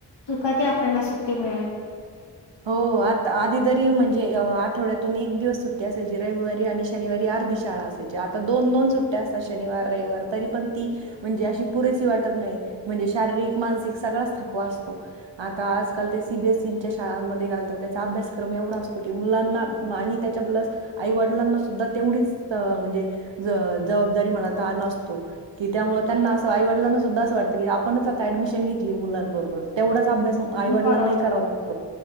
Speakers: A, on the left; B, on the right.
A: की कधी आपल्याला सुट्टी मिळेल?
B: हो आता अ आधी तरी म्हणजे आठवड्यातून एक दिवस सुट्टी असायची रविवारी आणि शनिवारी अर्धी शाळा असायची आणि आता दोन दोन सुट्टया असतात, शनिवार रविवार तरी पण ती म्हंजे अशी पुरेसी वाटत ना नाही म्हणजे शारीरिक मानसिक सगळाच थकवा असतो. आता आजकाल ते सी बी एस सीं च्या शा शाळांमध्ये घातलात त्याचा अभ्यासक्रम एवढा असतो कि मुलांना आणि त्यांच्या प्लस आई वडलांना सुद्धा एवढीच त अ म्हणजे ज जवाबदारी म्हणा तान असतो कि त्यामुळें असं आई वडिलांना सूद्धा अस वाटत की आपणच आता ऍडमिशन घेतली मुलांबरोबर तेवढाच अभ्यास आईवडिलांनाही
A: बरोबर
B: करावा लागतो.